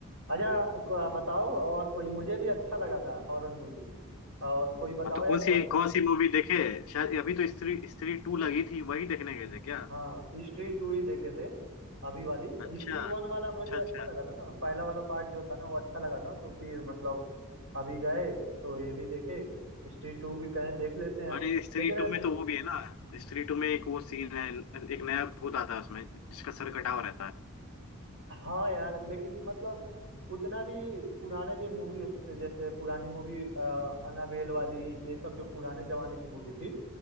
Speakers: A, on the right (about 65°); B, on the left (about 70°).
A: अच्छा को- बताओ और कोई मुझे भी अच्छा लगा था हॉरर मूवी और कोई बताओ
B: हाँ तो
A: यार
B: कौन सी
A: बड़े
B: कौन सी मूवी देखे शायद अभी तो स्त्री स्त्री टू लगी थी वही देखने गए थे क्या
A: हाँ हिस्ट्री टू ही देखे थे अभी वाली
B: अच्छा
A: हिस्ट्री वन वाला
B: अच्छा
A: मुझे अच्छा
B: अच्छा
A: लगा था ना पहला वाला पार्ट जो था ना वो अच्छा लगा था तो फिर मतलब अभी गए तो ये भी देखे हिस्ट्री टू भी कहें देख लेते हैं
B: अरे स्त्री
A: लेकिन यार-
B: टू में तो वो भी है ना स्त्री टू में एक वो सीन है एक नया भूत आता है उसमें जिसका सर कटा हुआ रहता है
A: हाँ यार लेकिन मतलब उतना भी पुराने जो मूवी होते थे जैसे पुरानी मूवी अनाबेल वाली ये सब जो पुराने जमाने की मूवी थी